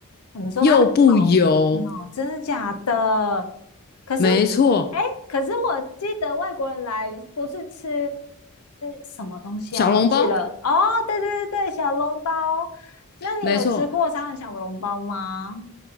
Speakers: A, on the left; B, on the left.
A: 你说他的炒
B: 又不油，
A: 饭哦，真的假的？可是，
B: 没错，
A: 哎，可是我记得外国人来不是吃什么东西啊？
B: 小笼包。
A: 忘记了。哦，对对对对，小笼包。那你有吃过沙县小笼包吗？
B: 没错，